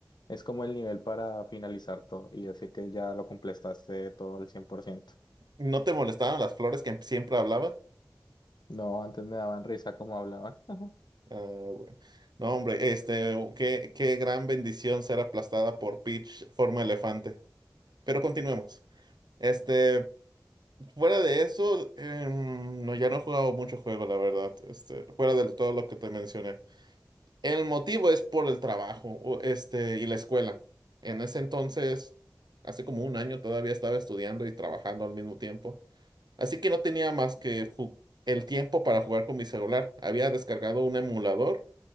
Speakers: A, on the left; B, on the right.
A: es como el nivel para finalizar todo y decir que ya lo completaste todo al 100%.
B: ¿No te molestaron las flores que siempre hablaba?
A: No, antes me daban risa como hablaban. <laughs>
B: Ah, bueno. No, hombre, este, qué, qué gran bendición ser aplastada por Peach forma elefante. Pero continuemos. Este, fuera de eso, em, no, ya no he jugado mucho juego, la verdad. Este, fuera de todo lo que te mencioné. El motivo es por el trabajo, o, este, y la escuela. En ese entonces, hace como un año todavía estaba estudiando y trabajando al mismo tiempo. Así que no tenía más que ju- el tiempo para jugar con mi celular. Había descargado un emulador